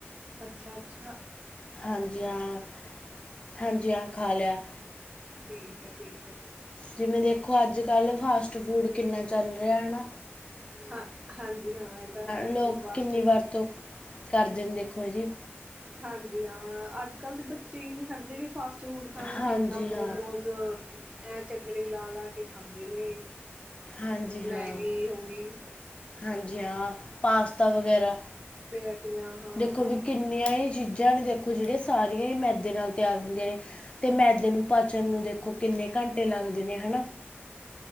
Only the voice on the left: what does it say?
ਹਾਂਜੀ ਹਾਂ-ਹਾਂਜੀ ਹਾਂ ਖਾ ਲਿਆ।
ਜਿਵੇਂ ਦੇਖੋ ਅੱਜ ਕੱਲ੍ਹ ਫਾਸਟ ਫੂਡ ਕਿੰਨਾ ਚੱਲ ਰਿਹਾ ਹੈ। ਹਨਾ।
ਲੋਕ
ਕਿੰਨੀ ਵਰਤੋਂ ਕਰਦੇ ਨੂੰ ਦੇਖੋ ਜੀ
ਹਾਂਜੀ
ਹਾਂ
ਹਾਂਜੀ
ਹਾਂ
ਹਾਂਜੀ। ਹਾਂ, ਪਾਸਤਾ ਵਗੈਰਾ।
ਦੇਖੋ
ਵੀ ਕਿੰਨੀਆਂ ਹੀ ਚੀਜ਼ਾਂ ਨੇ, ਦੇਖੋ ਜਿਹੜੀਆਂ ਸਾਰੀਆਂ ਹੀ ਮੈਦੇ ਨਾਲ ਤਿਆਰ ਹੁੰਦੀਆਂ ਨੇ। ਤੇ ਮੈਦੇ ਨੂੰ ਪਾਚਣ ਨੂੰ ਦੇਖੋ ਕਿੰਨੇ ਘੰਟੇ ਲੱਗਦੇ ਨੇ ਹਨਾ।